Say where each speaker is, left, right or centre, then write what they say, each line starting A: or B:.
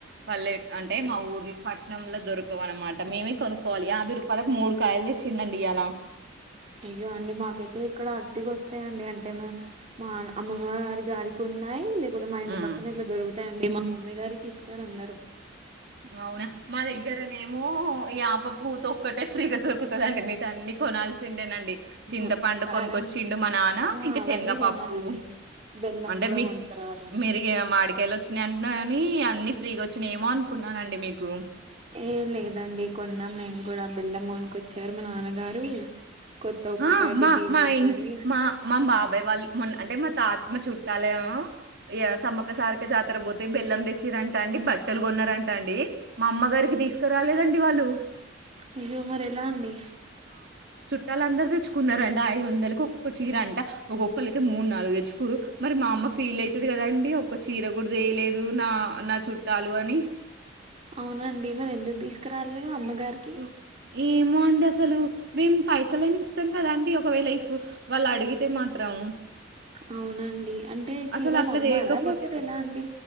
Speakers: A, on the right; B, on the right.
A: పల్లె అంటే మా ఊర్ పట్నంలో దొరకవ అన్నమాట మేమే కొనుక్కోవాలి యాభై రూపాయలకు మూడు కాయలు తెచ్చిండండి ఇలా
B: అయ్యో అండి మాకైతే ఇక్కడ అటికి వస్తాయంండి అంటే మా మా అమ్మమ్మ గారి గారికి ఉన్నాయి లే మైం
A: హ్మ్.
B: పక్కన ఇ దర్గు అంతే అండి మా మమ్మీ గారికి ఇస్తారు అందరూ
A: అవునా మా దగ్గరనేమో ఈ ఆప పూత ఒక్కటే ఫ్రీగా దొరుకుతుందండి మీత అన్ని కొనాల్సిందేనండి చింతపండు
B: ఆహా కారం
A: కొనుకొచ్చిండు మా నాన్న
B: ఆ
A: ఇంకా
B: అవన్నీ
A: శనగపప్పు
B: కొనాలండి బెల్లం
A: అంటే
B: కూడా
A: మీ
B: కొనుకురావాలండి
A: మీరు మాడికళ్ళ వచ్చిన అని అన్ని ఫ్రీగా వచ్చిన ఏమో అనుకున్నా కున్నానండి మీకు
B: ఏ లేదండి కొన్నా మేము కూడా బిలామ్మోన్క వచ్చారు మా నాన్నగారు కొత్త ఉప్పు
A: ఆ
B: ప్యాకెట్
A: మా
B: తీసేసారు
A: మా ఇట్ మా మా బాబాయ్ వాళ్ళు మొన్న అంటే మా తాత్మ చుట్టాలేమో సమ్మక సారక జాతర పోతే బెల్లం తెచ్చిరంటాండి బట్టలు కొన్న అంటా అండి మా అమ్మగారి తీసుకురాలేదండి వాళ్ళు
B: అయ్య ఉమర్ ఎలా అండి
A: వాళ్ళ అందరుూ తెచ్చుకున్నండి ఐదు వందలకి ఒక్కొక్క చీర అంటే ఒక్కొక్కళ్రు అయితే మూడు నాలుగు తెచ్చుకోరు మరి మా అమ్మ ఫీల్ అవుతుంది కదాండి ఒక్క చీర కూడా వేయలేదు నా నా చుట్టాలు అని.
B: అవునండి మరి ఎందుకు తీసుకు కా రాలే అమ్మగారికి
A: హ్మ్. ఏమో అండి అసలు మేము పైసలని ఇస్తాం కదా అండి ఒక వేలా లైఫ్ వాళ్ళు అడిగితే మాత్రం
B: అవునండి అంటే
A: అసలు
B: చీరలు
A: అట్లా
B: అమ్మారా
A: తెయకపోతే
B: లేకపోతే ఎలా అండి